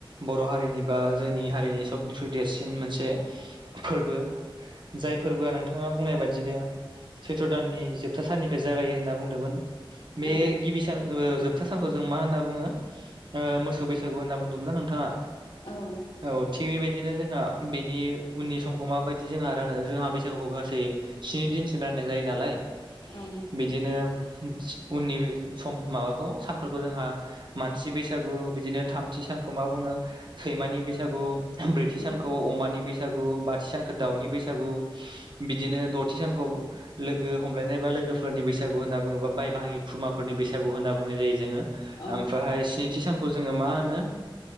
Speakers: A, on the right; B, on the left.
A: बर' हारिनि बा जोंनि हारिनि सबनिख्रुइ देरसिन मोनसे फोरबो जाय फोरबोआ नोंथाङा बुंनाय बादिनो सैथ्र' दाननि जोबथा साननिफ्राय जागायो होनना बुंदोंमोन बे
B: औ
A: गिबि सान जोबथा सानखौ जों मा होनना बुङो मोसौ बैसागु होनना बुंदों ना नोंथाङा
B: औ
A: औ थिग बेबायदिनो जोंहा बेनि उननि समखौ माबायदि जोंहा रानो जोंहा बैसागुखौ गासै स्नि दिनसिम राननाय जायो नालाय
B: औ
A: बिदिनो उननि सम माबाखौ सानफोरखौ जोंहा मानसि बैसागु बिदिनो थामथि सानखौ मा बुङो सैमानि बैसागु ब्रैथि
B: उम
A: सानखौ अमानि बैसागु बाथि सानखौ दाउनि बैसागु बिदिनो दथि सानखौ लोगो हमलायनाय बा लोगोफोरनि बैसागु होनना बुङोबा बाय बाहागि खुरुमाफोरनि बैसागु होनना बुंनाय जायो जोङो
B: औ
A: ओमफ्राहाय स्निथि सान खौ जोङो मा होनो